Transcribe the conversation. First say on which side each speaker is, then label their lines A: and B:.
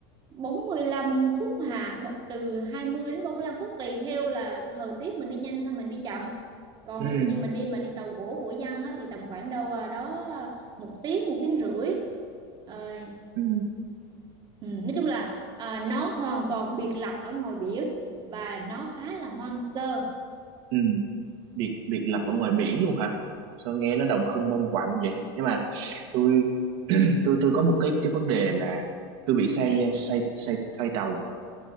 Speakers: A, on the right; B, on the right.
A: 45 phút hà từ 20 đến 45 phút tùy theo là thời tiết mình đi nhanh hay mình đi chậm còn
B: ừ
A: ví dụ như mình đi mà đi tàu gỗ của dân á, thì tầm khoảng đâu à, đó một tiếng một tiếng rưỡi Ờ,
B: ừ
A: ừ, nói chung là à, nó hoàn toàn biệt lập ở ngoài biển và nó khá là hoang sơ
B: ừ biệt biệt lập
A: kiểu,
B: ở ngoài biển luôn hả sao nghe nó đồng không mông quạnh vậy nhưng mà tôi tôi tôi có một cái cái vấn đề là tôi bị say uh, say say say tàu